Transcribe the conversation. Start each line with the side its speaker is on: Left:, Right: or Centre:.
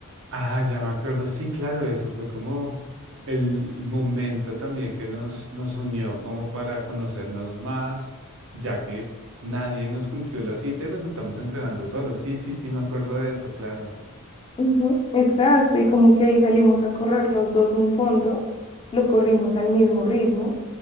Right: Ah, ya me acuerdo, sí, claro, eso fue como el momento también que nos, nos unió como para conocernos más, ya que nadie nos cumplió la cita y resultamos entrenando solos. Sí, sí, sí, me acuerdo de eso, claro.
Left: Ujú, Exacto, y como que ahí salimos a correr los dos un fondo, lo corrimos al mismo ritmo